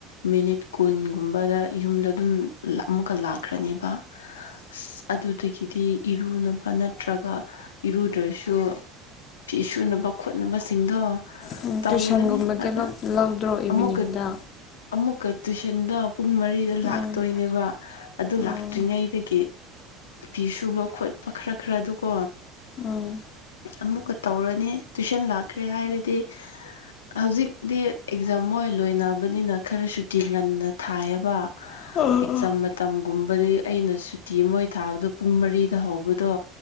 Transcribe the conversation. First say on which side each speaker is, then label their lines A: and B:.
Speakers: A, on the left (about 85°); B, on the left (about 50°).
A: ꯃꯤꯅꯤꯠ ꯀꯨꯟꯒꯨꯝꯕꯗ ꯌꯨꯝꯗ ꯑꯗꯨꯝ ꯂ ꯑꯃꯨꯛꯀ ꯂꯥꯛꯈ꯭ꯔꯅꯤꯕ꯫ ꯑꯁ ꯑꯗꯨꯗꯒꯤꯗꯤ ꯏꯔꯨꯅꯕ ꯅꯠꯇ꯭ꯔꯒ ꯏꯔꯨꯗ꯭ꯔꯁꯨ ꯐꯤ ꯁꯨꯅꯕ ꯈꯣꯠꯅꯕꯁꯤꯡꯗꯣ
B: ꯎꯝ
A: ꯇꯧꯔꯅꯤ
B: ꯇꯨꯏꯁꯟꯒꯨꯝꯕꯗꯤ
A: ꯑꯗ
B: ꯂꯧ ꯂꯧꯗ꯭ꯔꯣ ꯏꯚꯤꯅꯤꯡꯗ
A: ꯑꯃꯨꯛꯀ ꯑꯃꯨꯛꯀ ꯇꯨꯏꯁꯟꯗꯣ ꯄꯨꯡ ꯃꯔꯤꯗ
B: ꯎꯝ
A: ꯂꯥꯛꯇꯣꯏꯅꯦꯕ ꯑꯗꯨ
B: ꯎꯝ
A: ꯂꯥꯛꯇ꯭ꯔꯤꯉꯩꯗꯒꯤ ꯑꯄꯤ ꯁꯨꯕ ꯈꯣꯠꯄ ꯈꯔ ꯈꯔꯗꯨꯀꯣ꯫
B: ꯎꯝ꯫
A: ꯑꯃꯨꯛꯀ ꯇꯧꯔꯅꯤ ꯇꯨꯏꯁꯟ ꯂꯥꯛꯈ꯭ꯔꯦ ꯍꯥꯏꯔꯗꯤ ꯍꯧꯖꯤꯛꯇꯤ ꯑꯦꯛꯖꯥꯝ ꯃꯣꯏ ꯂꯣꯏꯅꯕꯅꯤꯅ ꯈꯔ ꯁꯨꯇꯤ ꯉꯟꯅ ꯊꯥꯏꯑꯦꯕꯥ꯫
B: ꯎꯝ
A: ꯑꯦꯛꯖꯥꯝ ꯃꯇꯝꯒꯨꯝꯕꯗꯤ ꯑꯩꯅ ꯁꯨꯇꯤ ꯃꯣꯏ ꯊꯥꯕꯗꯨ ꯄꯨꯡ ꯃꯔꯤꯗ ꯍꯧꯕꯗꯣ